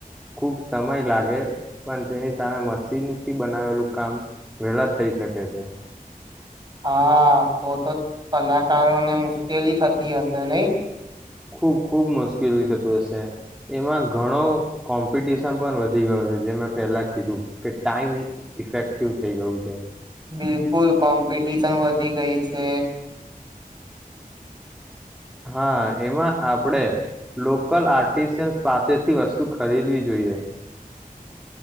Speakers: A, in the centre; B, on the right.
A: ખુબ સમય લાગે પણ તેની સામે મશીન થી બનાવેલું કામ વહેલા થઈ શકે છે.
B: હા તો તો કલાકારોને મુશ્કેલી થતી હશે નહી.
A: ખુબ ખુબ મુશ્કેલી થતું હશે એમાં ઘણો કોમ્પિટિશન પણ વધી ગયો છે જે મેં પહેલા કીધું કે ટાઈમ ઇફેક્ટિવ થઈ ગયું છે.
B: બિલકુલ કોમ્પિટિશન વધી ગઈ છે.
A: હા એમાં આપણેે લોકલ આર્ટિશિન્સ પાસેથી વસ્તુ ખરીદવી જોઈએ.